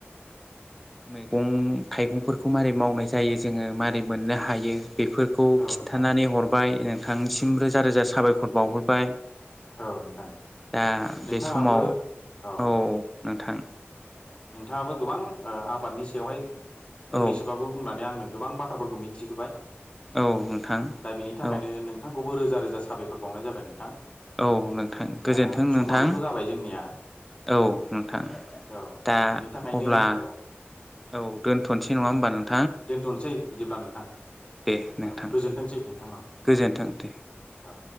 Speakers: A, in the centre; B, on the left.
A: मैगं थाइगंफोरखौ मारै मावनाय जायो जोङो मारै मोननो हायो बेफोरखौ
B: औ
A: खिन्थानानै
B: नोंथां
A: हरबाय नोंथांनिसिम रोजा रोजा साबायखर बावहरबाय
B: औ नोंथां
A: दा
B: नोंथाङाबो
A: बे समाव
B: औ
A: औ नोंथां
B: नोंथाङाबो गोबां आबादनि सायावहाय फंनैसोबाबो
A: औ
B: बुंनानै आंनो गोबां बाथ्राफोरखौ मिथिहोबाय,
A: औ नोंथां
B: दा बेनि थाखायनो
A: औ
B: नोंथांखौबो रो जा रोजा साबायखर बावनाय जाबाय नोंथां।
A: औ नोंथां गोजोन्थों
B: दा समाबोथ'
A: नोंथां
B: जाबाय जोंनिया
A: औ नोंथां
B: औ
A: दा
B: बिनि थाखायनो
A: अब्ला
B: औ
A: औ दोनथ'नो सै नङा होनबा नों
B: दोनथनोसै बिदिब्ला नोंथां
A: दे नोंथां
B: औ गोजोनथोंसै नोंथां औ
A: गोजोन्थों दे।
B: औ